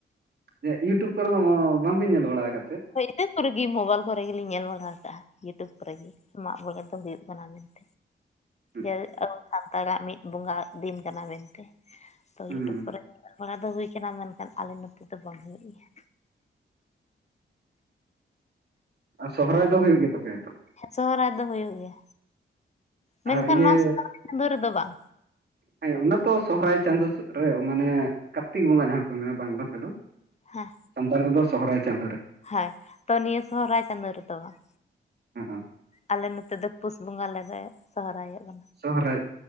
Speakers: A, on the right; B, on the left.
A: ᱮ ᱤᱭᱩᱴᱩᱵᱽ ᱠᱚᱨᱮ ᱦᱚᱸ ᱵᱟᱝ ᱵᱤᱱ ᱧᱮᱞ ᱵᱟᱲᱟ ᱠᱟᱜ ᱛᱮ?
B: ᱱᱮᱴ ᱠᱚᱨᱮᱜᱮ ᱢᱳᱵᱟᱭᱤᱞ ᱠᱚᱨᱮ ᱜᱮᱞᱤᱧ ᱧᱮᱞ ᱵᱟᱲᱟ ᱟᱠᱟᱟᱜᱼᱟ᱾ ᱤᱭᱩᱴᱩᱵᱽ ᱠᱚᱨᱮᱜ ᱜᱮ ᱢᱟᱜ ᱢᱚᱬᱮ ᱫᱚ ᱦᱩᱭᱩᱜ ᱠᱟᱱᱟ ᱢᱮᱱᱛᱮ᱾
A: <unintelligible>
B: ᱡᱮ ᱟᱵᱚ ᱥᱟᱱᱛᱟᱲᱟᱜ ᱢᱤᱫ ᱵᱚᱸᱜᱟ ᱫᱤᱱ ᱠᱟᱱᱟ ᱢᱮᱱᱛᱮ ᱛᱚ
A: ᱦᱩᱸ
B: ᱤᱭᱩᱴᱩᱵᱽ ᱠᱚᱨᱮ, ᱧᱮᱞ ᱵᱟᱲᱟ ᱫᱚ ᱦᱩᱭ ᱠᱟᱱᱟ ᱢᱮᱱᱠᱷᱟᱱ ᱟᱞᱮ ᱱᱚᱛᱮ ᱫᱚ ᱵᱟᱝ ᱦᱩᱭᱩᱜ ᱜᱮᱭᱟ᱾
A: ᱟᱨ ᱥᱚᱦᱚᱨᱟᱭ ᱫᱚ ᱦᱩᱭᱩᱜ ᱜᱮ ᱛᱟᱯᱮᱭᱟ ᱛᱚ?
B: ᱥᱚᱦᱚᱨᱟᱭ ᱫᱚ ᱦᱩᱭᱩᱜ ᱜᱮᱭᱟ᱾ ᱢᱮᱱᱠᱷᱟᱱ
A: ᱟᱨ ᱤᱭᱟᱹ
B: ᱱᱚᱣᱟ ᱥᱟᱠᱨᱟᱛ ᱪᱟᱸᱫᱳ ᱨᱮᱫᱚ ᱵᱟᱝ,
A: ᱦᱮᱸ ᱚᱱᱟ ᱛᱚ ᱥᱚᱦᱚᱨᱟᱭ ᱪᱟᱸᱫᱳ ᱥᱮᱫ ᱨᱮ ᱨᱮ ᱢᱟᱱᱮ, ᱠᱟᱨᱛᱤᱠ ᱵᱚᱸᱜᱟ ᱡᱟᱦᱟᱸ ᱠᱚ ᱢᱮᱱᱟ ᱵᱟᱝᱞᱟ ᱛᱮᱫᱚ᱾
B: ᱦᱮᱸ
A: ᱥᱟᱱᱛᱟᱲ ᱠᱚᱫᱚ ᱥᱚᱦᱚᱨᱟᱭ ᱪᱟᱸᱫᱳ ᱨᱮ,
B: ᱦᱳᱭ ᱛᱚ ᱱᱤᱭᱟᱹ ᱥᱚᱦᱚᱨᱟᱭ ᱪᱟᱸᱫᱚ ᱨᱮᱫᱚ ᱵᱟᱝ,
A: <inaudible>
B: ᱟᱞᱮ ᱱᱚᱛᱮ ᱫᱚ ᱯᱩᱥ ᱵᱚᱸᱜᱟ ᱞᱮ ᱨᱮ ᱥᱚᱦᱨᱟᱭᱚᱜᱼᱟ᱾
A: ᱥᱚᱦᱚᱨᱟᱭ